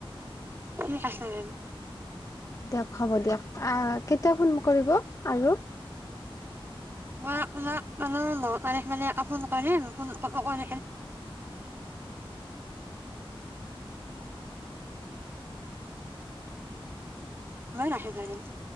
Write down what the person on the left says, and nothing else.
দিয়ক হ'ব দিয়ক। আ কেতিয়া ফোন কৰিব আৰু?